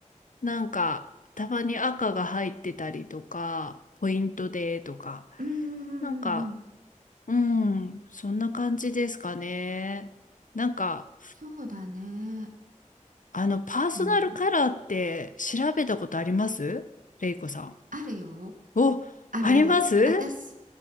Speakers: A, on the left; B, on the right.
A: なんか、たまに赤が入ってたりとか、ポイントでとか、
B: うん、うん、
A: なんか、
B: うん。うん
A: うん、そんな感じですかね。なんか、
B: そうだね。
A: あの、パーソナルカラーって調べたことありますレイコさん。
B: うん。あるよ。
A: お、
B: あるある。
A: あります
B: 私、